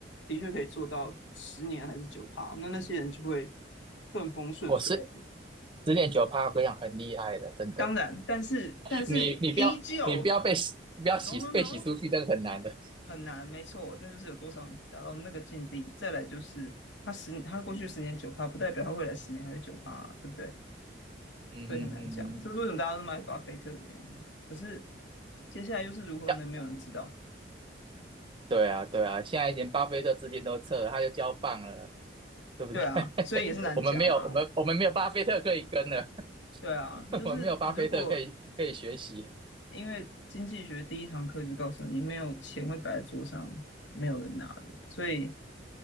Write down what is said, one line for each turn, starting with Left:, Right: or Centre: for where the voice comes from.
Left: 的确可以做到十年还是九趴，那那些人就会顺风顺水。
Right: 我是十点九趴，我跟你讲很厉害的，真的，
Left: 当然，但是但是依旧
Right: 你你不要你不要被洗不要洗被洗出去，
Left: ，no no no。
Right: 那个很难的，
Left: 很难，没错，那就是有多少人达到那个境地。再来就是他十，他过去十年九趴，不代表他未来十年还是九趴啊对不对？
Right: 嗯嗯嗯嗯，
Left: 所以很难讲，这是为什么大家都买巴菲特的原因。可是接下来又是如何呢？
Right: 要
Left: 没有人知道。
Right: 对啊，对啊，现在连巴菲特资金都撤了，他就交棒了，对不对？
Left: 对啊，所以也是难讲啊。
Right: <laughs> 我们没有，我们我们没有巴菲特可以跟了，
Left: 对啊，
Right: <laughs>
Left: 就是如果
Right: 我们没有巴菲特可以可以学习。
Left: 因为经济学第一堂课就告诉你，没有钱会摆在桌上，没有人拿的，所以